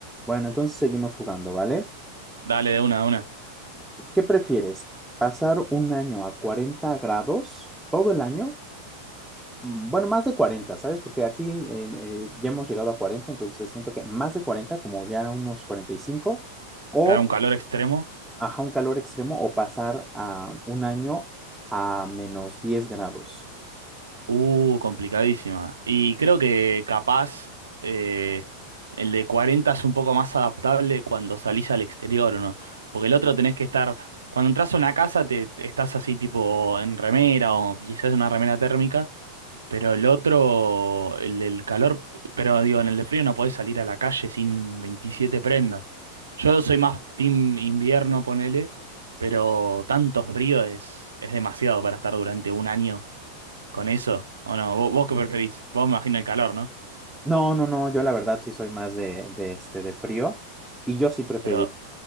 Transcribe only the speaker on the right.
Dale de una, de una.
Cae un calor extremo.
Uh, complicadísima. Y creo que capaz eh, el de 40 es un poco más adaptable cuando salís al exterior, ¿o ¿no? Porque el otro tenés que estar, cuando entras a una casa te te estás así tipo en remera o quizás una remera térmica, pero el otro, el del calor, pero digo, en el de frío no podés salir a la calle sin 27 prendas. Yo soy más team invierno, ponele, pero tanto frío es, es demasiado para estar durante un año con eso, o no, vos, vos qué preferís, vos me imagino el calor, ¿no?
Pero,